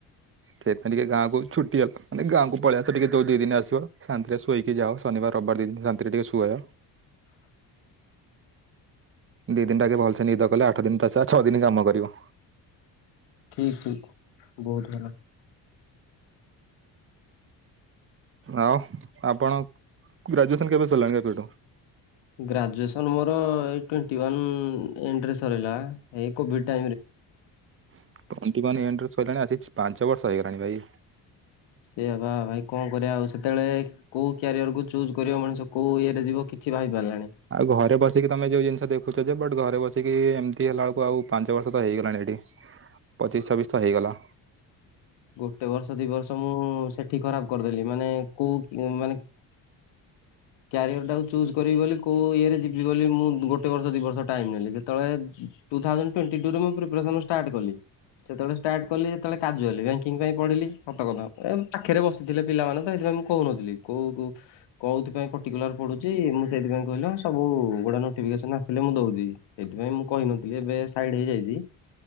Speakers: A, on the right; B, on the left.
A: ସେଇଥିପଁ ଟିକେ ଗାଁକୁ ଛୁଟି ହେଲାନେ ଗାଁକୁ ପଳେଇ ଆସ ଟିକେ ଯୋ ଦି ଦିନ ଆସିବ ଶନ୍ତିରେ ଶୋଇକି ଟିକେ ଯାଅ ଶନିବାର ରବିବାର ଦି ଦିନ ଶାନ୍ତିରେ ଟିକେ ଶୁହଅ।
B: <inaudible>
A: ଦି ଦିନଟାକେ ଭଲସେ ନିଦ କଲେ ଆଠ ଦିନ ତସ ଛଅ ଦିନ କାମ କରିବ।
B: ଠିକ୍ ଠ ବହୁତ ଭଲ।
A: ଆଉ ଆପଣ ଗ୍ରାଜୁଏସନ୍ କେବେ ସରିଲାଣି କେବେଠୁ?
B: ଗ୍ରାଜୁଏସ ମୋର ଏଇ ଟ୍ବେଣ୍ଟି ୱାନ ଏଣ୍ଡ ରେ ସରିଲା ଏ କୋଭି <inaudible>
A: <unintelligible> କହିଲଣି ଆଜିକି ପାଞ୍ଚ ବର୍ଷ ହେଇଗଲାଣି ଭାଇ।
B: ସେଏ ପା ଭାଇ କଣ କରିବା ଆଉ ସେତେବେଳେ କୋଉ କ୍ୟାରିଅର କୁ ଚୁଜ୍ କରିବ ମଣିଷ କୋଉ ଇଏରେ ଯିବ କିଛି ଭାବି ପାରିଲାଣି।
A: ଆଉ ଘରେ ବସିକି ତମେ ଯୋଉ ଜିନିଷ ଦେଖ ଛ ଯେ ବଟ୍ ଘରେ ବସିକି ଏମିତି ହେଲାବେଳକୁ ଆଉ ପାଞ୍ଚ ବର୍ଷ ତ ହେଇଗଲାଣି ଏଇଠି। ପଚିଶ ଚବିଶ ତ ହେଇଗଲା।
B: ଗୋଟେ ବର୍ଷ ଦି ବର୍ଷ ମୁଁ ସେଠି ଖରାପ କରିଦେଲି ମାନେ କୋଉ ମାନେ <inaudible> କ୍ୟାରିଅର ଟାକୁ ଚୁଜ୍ କରିବି ବୋଲି କଉଁ ଇଏରେ ଯିବି ବୋଲି ମୁଁ ଗୋଟେ ବର୍ଷ ଦିଇ ବର୍ଷ ଟାଇମ ନେଲି ଯେତେବେଳେ ଟୁଥାଉଜଣ୍ଡ ଟୁଅନ୍ଟି ଟୁ ରେ ମୁଁ ପ୍ରିପରେସନ ଷ୍ଟାଟ୍ କଲି ସେତେବେଳେ ଷ୍ଟାଟ କଲି ସେତେବେଳେ କାଜୁଆଲି କା ବ୍ୟାଙ୍କିଙ୍କ ପାଇଁ ପଢିଲି ସତ କଥା। ଏ ପାଖରେ ବସିଥିଲେ ପିଲାମାନେ ତ ସେଥିପାଇଁ ମୁଁ କହୁନଥିଲି କୋଉ କୋଉ କୋଉଥିପାଇଁ ପର୍ଟିକୁଲାର ପଡୁଚି ମୁଁ ସେଇଥିପାଇଁ କହିଲ ସବୁ ଗୋଟେ ନୋଟିଫିକେସନ ଆସିଲେ ମୁଁ ଦଉଛି। ସେଇଥିପାଇଁ ମୁଁ କହିନଥିଲି ଏବେ ସାଇଡ ହେଇଯାଇଚି।